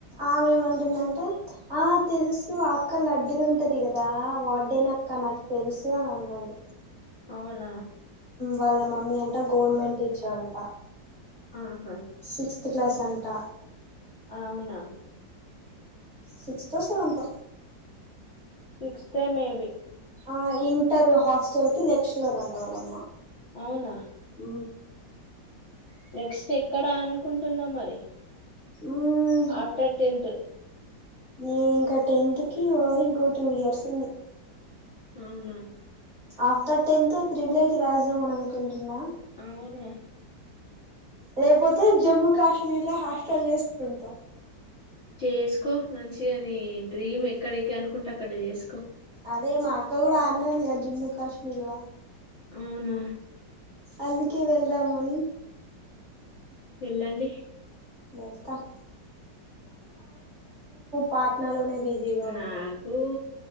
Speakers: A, on the right; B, on the left.
A: ఆమె ఏమంటుందంటే ఆ తెలుసు ఆక్కలు అడ్డుగుంటది కదా వాడేన అక్క నాకు తెలుసు అని అన్నది
B: అవునా
A: వాళ్ళ మమ్మీ అంట గవర్నమెంట్ టీచర్ అంట
B: ఆహా!
A: సిక్స్త్ క్లాస్ అంట
B: అవునా?
A: సిక్స్తో సెవెన్త్
B: సిక్స్త్ మేబీ.
A: ఆ ఇంటర్ హాస్టల్ కి లెక్స్లర్ అంట వాళ్ళమ్మా
B: అవునా?
A: అ
B: నెక్స్ట్ ఎక్కడ అనుకుంటున్నాం మరి
A: మ్మ్
B: ఆఫ్టర్ టెన్త్
A: నేను ఇంకా టెన్త్ కి ఇంగో ఇంకో టూ ఇయర్స్ ఉంది
B: అవునా
A: ఆఫ్టర్ టెన్త్ ట్రిపుల్ ఐటి రాద్దాం అనుకుంటున్నా
B: అవునా?
A: లేకపోతే జమ్మూ కాశ్మీర్ లో హాస్టల్ చేసుకుంటా
B: చేసుకో మంచిగానే డ్రీమ్ ఎక్కడికి ఆన్ కుంటె అక్కడ చేసుకో
A: అదే మా అక్క కూడా ఆడ్నే ఉంది కదా జమ్మూ కాశ్మీర్లో
B: అవునా
A: అందుకే వెళ్దామని
B: వెళ్ళండి
A: వెళ్తం పాట్నాలోనే బిజీగా ఉన్నావు
B: నాకు